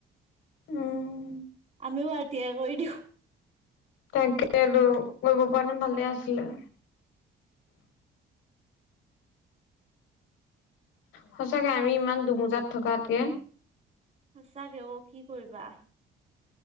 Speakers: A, on the left; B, on the right.
A: উম।
B: আমিও আৰ টি য়াই কৰি দিওঁ।
A: তেন্তেটো কৰিব পৰাহেঁতেন ভালে আছিলে। সঁচাকে আমি ইমান দুমোজাত থকাতকে।
B: সঁচাকে অ', কি কৰিবা।